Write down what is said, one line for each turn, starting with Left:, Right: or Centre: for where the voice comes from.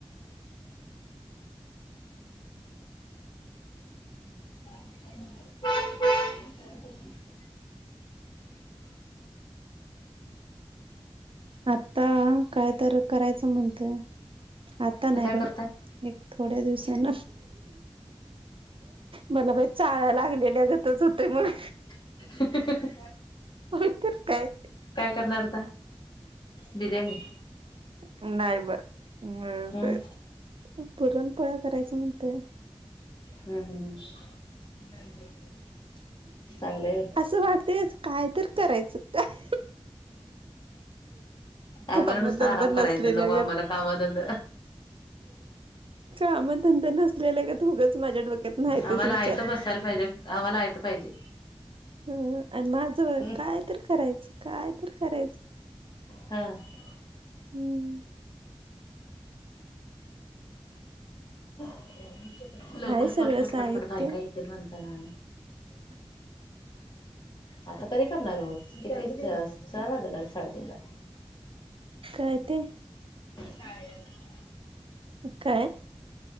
Left: <inaudible>
Right: आत्ता काय तर करायचं म्हणतय, आत्ता नाही
Left: तर काय
Right: बाय.
Left: करताय
Right: एक थोड्या दिवसान. मला बाई चाळ्या लागलेल्या गतच होतय मग.
Left: <inaudible>
Right: होय तर काय.
Left: काय करणार आता. बिर्याणी.
Right: नाही बा. <unintelligible>
Left: हम्म
Right: पुरणपोळ्या करायच म्हणतेय.
Left: हम्म, हम्म, हम्म. चांगलंय व्हय.
Right: वागतेच. काय तर करायचं. काय?
Left: आम्हाला
Right: कामधंदा
Left: नुसता आराम
Right: नसलेल्या
Left: करायच, नको आम्हाला काम धंद.
Right: काम धंदा नसलेल्या गत उगाच माझ्या डोक्यात नाहीतोच
Left: आम्हाला
Right: विचार.
Left: आयतं बसायला पाहिजे आम्हाला आयत पाहिजे.
Right: ह. अन माझं
Left: हं.
Right: काय तर करायचं, काय तर करायचं.
Left: हा
Right: हम्म.
Left: <inaudible> लवकर
Right: हाय सगळं
Left: पटपट
Right: साहित्य
Left: पटपट बायका येतील माणसाला.
Right: <inaudible>
Left: आता कधी करणार ओ, किती चार वाजला साडेतीन ला.
Right: काय ते.
Left: काय य <unintelligible> <inaudible>
Right: काय?